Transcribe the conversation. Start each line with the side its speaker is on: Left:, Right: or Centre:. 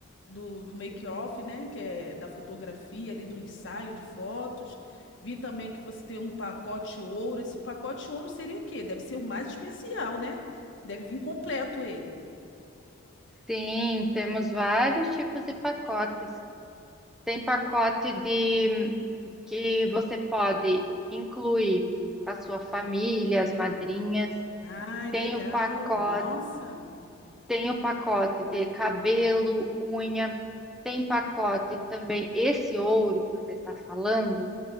Left: do, do make-off, né? Que é da fotografia ali, do ensaio de fotos. Vi também que você tem um pacote ouro. Esse pacote ouro seria o quê? Deve ser o mais especial, né? Deve vir completo ele.
Centre: Sim, temos vários tipos de pacotes. Tem pacote de que você pode incluir a sua família, as madrinhas.
Left: Ai,
Centre: Tem
Left: legal.
Centre: o pacote,
Left: Nossa.
Centre: tem o pacote de cabelo, unha. Tem pacote também esse ouro que você está falando,